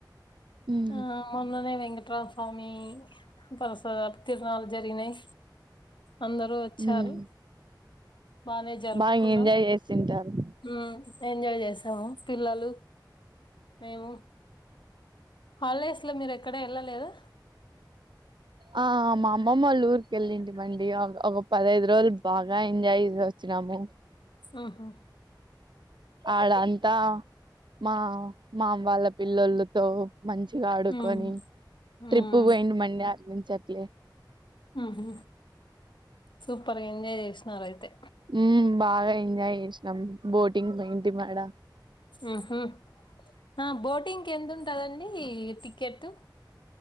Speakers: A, on the right; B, on the left.
A: ఉమ్.
B: ఆ మొన్ననే వెంకటరామస్వామి <unintelligible> తిరునాలు జరిగినాయి అందరూ వచ్చారు
A: ఉమ్.
B: బానే జరుపుకున్నాం
A: బాగా ఎంజాయ్ చేసింటారు
B: హమ్ ఎంజాయ్ చేసాము పిల్లలు మేము హాలిడేస్ లో మీరు ఎక్కడ వెళ్ళలేదా
A: ఆ మా అమ్మమ్మ వాళ్ళ ఊరికి వెళ్ళంటివండి ఒక పదహైదు రోజులు బాగా ఎంజాయ్ చేసి వచ్చినాము
B: ఆహా
A: ఆడ అంతా మా మామ వాళ్ళ పిల్లలతో మంచిగా ఆడుకొని
B: ఉమ్ ఉమ్
A: ట్రిప్పు పోయిండు మళ్ళీ అడ నుంచి అట్లే
B: ఆహా సూపర్గా ఎంజాయ్ చేసిన్నారు అయితే
A: ఉం బాగా ఎంజాయ్ చేసినాం బోటింగ్ పోయింటిమి ఆడ
B: హు హమ్ ఆ బోటింగ్ ఎంత ఉంటదండి టిక్కెట్